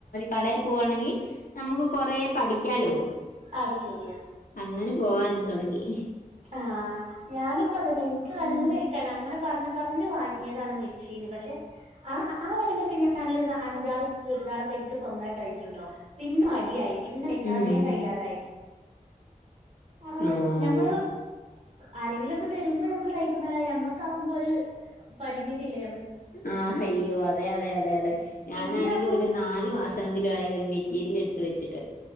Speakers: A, on the left; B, on the right.
A: കടൽ ആണെങ്ക നമുക്ക് കൊറേ പഠിക്കാലോ
B: അത് ശെരിയാ
A: അങ്ങനെ പോകാനും തുടങ്ങി
B: ആ ഞാനിപ്പോ ധന്നെ എനിക്ക് നല്ല
A: ഉം
B: ഇഷ്ടന്നേ അങ്ങനെ പറഞ് പറഞ്ഞ ഞ്ഞ് വങ്ങിയതാണ് മെഷീൻ പക്ഷെ ആ ഉടനെയൊക്കെ ഞാ അഞ്ചർ ചുരിദാറൊക്കെ എനിക്ക് സ്വന്തട്ട് അയച്ചുട്ടോ പിന്നെ മടിയായി പിന്നെ അഴക്കാനേ
A: ഉം
B: കയ്യാതായി ആ
A: ആഹ്
B: ഞമ്മള് ആരെങ്കിലുംക്കെ തരുമ്പോ നമ്മ തൈക്കും ന്നല്ലാദേ നമ്മക്കകുമ്പോ ഒരു പരിമിതിഇല്ല
A: ആ അയ്യോ അതെ അതെ അതെ അതെ ഞാനാണെങ്കിൽ
B: പിന്നെ ഇപ്പം
A: ഒരു നാല് മാസം ങ്കില ആ ഒരു മെറ്റീരിയൽ എടുത്ത് വെച്ചിട്ട്